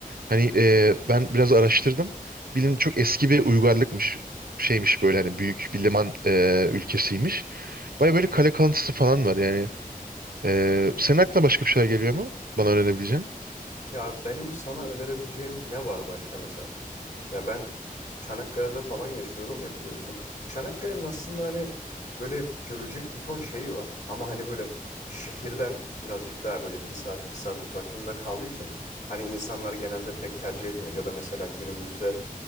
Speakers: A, on the right (about 80°); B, on the left (about 55°).
A: Hani e, ben biraz araştırdım. Bilin çok eski bir uygarlıkmış şeymiş böyle hani büyük bir liman e, ülkesiymiş. Baya böyle kale kalıntısı falan var yani. Ee, senin aklına başka bir şeyler geliyor mu? Bana öğrenebileceğin.
B: Ya benim sana önerebileceğim ne var başka mesela? Ya ben Çanakkale'de falan yaşıyorum ya biliyorsun. Çanakkale'nin aslında hani böyle görülecek bir ton şeyi var. Ama hani böyle şehirden birazcık daha böyle bir saat iki saat uzaklığında kaldığı için hani insanlar genelde pek tercih etmiyor. Ya da mesela günümüzde